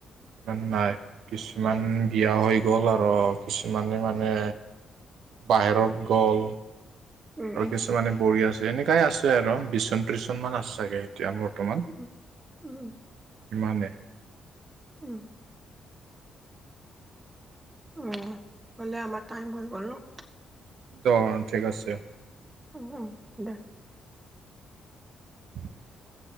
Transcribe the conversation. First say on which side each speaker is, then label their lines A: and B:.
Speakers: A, on the right (about 65°); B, on the right (about 20°).
A: ইমান নাই। কিছুমান বিয়া হৈ গ'ল আৰু কিছুমানে মানে বাহিৰত গ'ল
B: উম
A: আৰু
B: উম
A: কিছুমানে কৰি আছে। এনেকাই আছে আৰু টিউচন, টিচন <unintelligible> আছে চাগে এতিয়া বৰ্তমান,
B: উম উম উম
A: ইমানে।
B: উম, উম, হ'লে আমাৰ টাইম হৈ গ'ল ন।
A: দহ, ঠিক আছে।
B: উম, উম, দহ।
A: <inaudible>